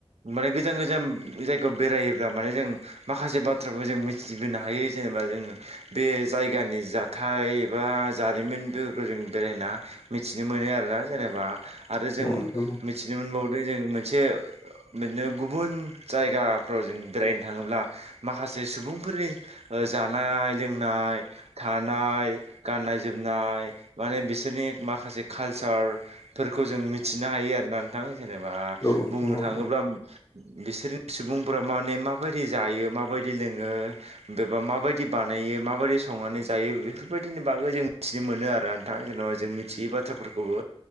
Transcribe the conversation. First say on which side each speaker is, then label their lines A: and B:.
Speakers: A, on the right; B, on the left.
A: माने गोजान गोजान जायगायाव बेरायोब्ला माने जों माखासे बाथ्राफोर जों मिथिबोनो हायो जोङो। बा जोङो बे जायगानि जा थाय एबा जारिमिन दोहोखो जों बेरायना मिथिनो मोनो आरोना जेनेबा आरो जों
B: औ नोंथां
A: मिथिनो मोनबावदो जों मोनसे बिदिनो गुबुन जायगाफ्राव जों बेरायनो थाङोब्ला माखासे सुबुंफोरनि जानाय, लोंनाय, था नाय गाननाय, जोमनाय, माने बिसोरनि माखासे कालसारफोरखौ जों मिथिनो हायो आरोना नोंथां जेनेबा
B: औ औ नोंथां
A: बुंनो
B: औ
A: थाङोब्ला
B: औ
A: बिसोरनि सुबुंफोरा माने माबायदि जायो माबायदि लोङो बेबा माबायदि बानायो माबायदि संनानै ज जायो बेफोरबायदिनि बागै जों मिथिनो मोनो आरो नोंथां जेन'बा जों मिथियै बाथ्राफोरखौबो